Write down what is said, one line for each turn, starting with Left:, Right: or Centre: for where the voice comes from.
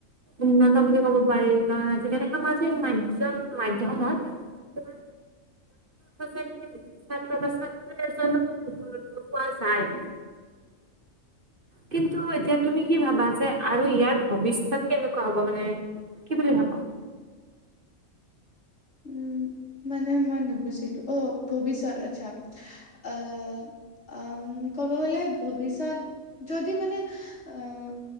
Right: উন্নত বুলি ক'ব পাৰি, কাৰণ আজিকালি সামাজিক মাধ মাধ্যমত তোমাৰ মানোৱাায় <unintelligible> কিন্তু এতিয়া তুমি কি ভাবা যে আৰু ইয়াৰ ভৱিষ্যত কেনেকুৱা হ'ব মানে কি বুলি ভাবা?
Left: উম, মানে মই নুবুজিলো, অ' ভৱিষ্যত আচ্ছা আহ উম, ক'ব গ'লে ভৱিষ্যত যদি মানে আহ